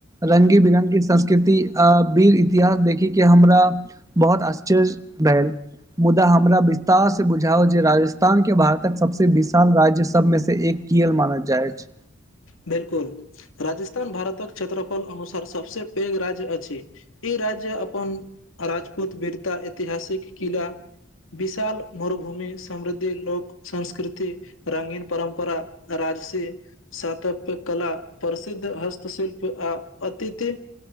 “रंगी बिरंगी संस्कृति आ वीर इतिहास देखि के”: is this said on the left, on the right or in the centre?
Right